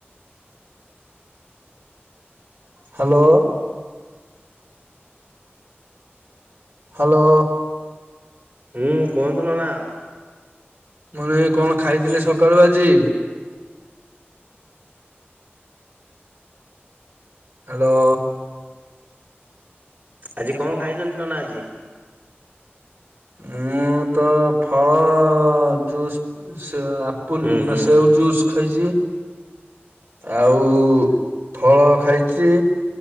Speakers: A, on the right (about 75°); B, on the right (about 50°).
A: ହ୍ୟାଲୋ। ହ୍ୟାଲୋ।
B: ହୁଁ କୁହନ୍ତୁ ନନା।
A: ମୁ ନି କଣ ଖାଇଥିଲେ ସକାଳୁ ଆଜି? ହ୍ୟାଲୋ।
B: ଆଜି କଣ ଖାଇଚନ୍ତି ନନା ଆଜି?
A: ମୁଁ ତ ଫଳ ଜୁସ ସ ଆପୁଲ
B: ହୁଁ ହୁଁ
A: ନା ସେଉ ଜୁସ ଖାଇଚି। ଆଉ ଫଳ ଖାଇଚି।